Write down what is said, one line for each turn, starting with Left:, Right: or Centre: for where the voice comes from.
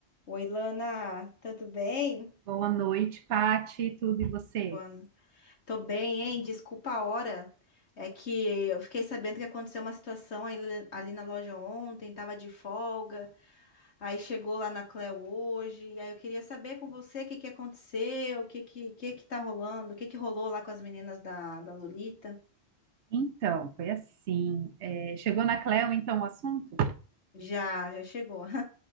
Left: Oi, Lana, tudo bem?
Right: Boa noite, Pati, tudo e você?
Left: Boa. no- Tô bem, hein? Desculpa a hora. É que eu fiquei sabendo que aconteceu uma situação aí le- ali na loja ontem, tava de folga, aí chegou lá na Cleo hoje, e aí eu queria saber com você o que que aconteceu, o que que, que que tá rolando, o que que rolou lá com as meninas da, da Lolita.
Right: Então, foi assim. é, chegou na Cleo, então, o assunto?
Left: Já, já chegou. <laughs>